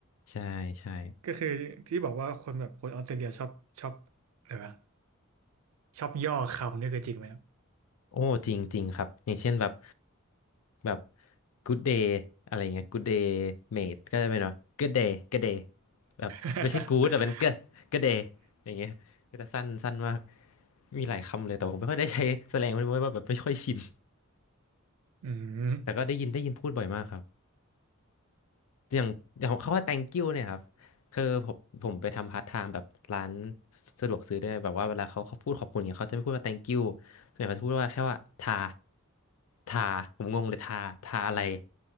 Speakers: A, on the left; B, on the right.
A: ใช่ใช่
B: ก็คือที่บอกว่าคนแบบคนออสเตรเลียชอบชอบอะไรวะชอบย่อคำนี่คือจริงไหมครับ
A: โอ้จริงจริงครับอย่างเช่นแบบแบบ good day อะไรอย่างเงี้ย good day mate ก็จะเป็นว่า good day good day แบบไม่ใช่
B: <laughs>
A: good แต่เป็น good good day อย่างเงี้ยก็จะสั้นสั้นมากมีหลายคำเลยแต่ผมไม่ค่อยได้ใช้แสดงไม่ว่าแบบไม่ค่อยชิน
B: อืม
A: แต่ก็ได้ยินได้ยินพูดบ่อยมากครับ อย่างอย่างเขาว่า thank you เนี่ยครับคือผมผมไปทำพาร์ทไทม์แบบร้านสะดวกซื้อด้วยแบบว่าเวลาเขาเขาพูดขอบคุณเนี่ยเขาจะไม่พูดว่า thank you ส่วนใหญ่เขาจะพูดว่าแค่ว่าทาทาผมงงเลยทาทาอะไร